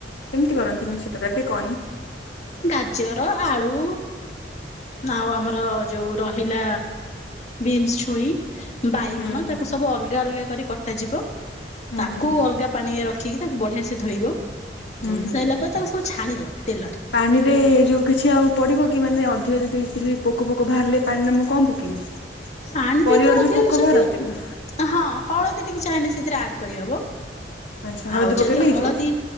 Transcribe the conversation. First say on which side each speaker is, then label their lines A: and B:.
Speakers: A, on the left; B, on the left.
A: କେମତି କରନ୍ତି ମିକ୍ସଚର ତକାରୀ ଟିକେ କହନି?
B: ଗାଜର, ଆଳୁ ଆଉ ଆମର ଯୋଉ ରହିଲା ବିନ୍ସ ଛୁଇଁ ବାଇଗଣ
A: ହୁଁ ହୁଁ
B: ତାକୁ ସବୁ ଅଲଗା ଅଲଗା କରି କଟାଯିବ।
A: ହୁଁ
B: ତାକୁ
A: ହୁଁ ହୁଁ
B: ଅଲଗା ପାଣିରେ ରଖିକି ତାକୁ ବଢ଼ିଆ ସେ ଧୋଇବ।
A: ହୁଁ
B: ଧୋଇ
A: ହୁଁ।
B: ସାରିଲା ପରେ ତାକୁ ସବୁ ଛାଣିବ ତେଲରେ
A: ପାଣିରେ ଯୋଉ କିଛି ଆଉ ପଡିବ କି, ମାନେ ଅଧିକ ଯଦି କିଛି ପୋକ ଫୋକ ବାହାରିଲେ ପାଣିରେ ମୁଁ କଣ ପକେଇମି?
B: ଆଣିଦିଏ
A: ପରିବାରେ
B: ତ ଅଧିକ
A: ଯୋଉ ପୋକ
B: କିଛି
A: ବାହାରନ୍ତି
B: ଅଧିକ
A: ନା
B: ହଁ ହଳଦୀ ଟିକେ ଚାହିଁଲେ ସେଥିରେ ଆଡ କରିହବ।
A: ଆଚ୍ଛା ହଳଦୀ
B: ଆଉ
A: ପକେଇଲେ
B: ଯଦି ହଳଦୀ
A: ହେଇଯିବ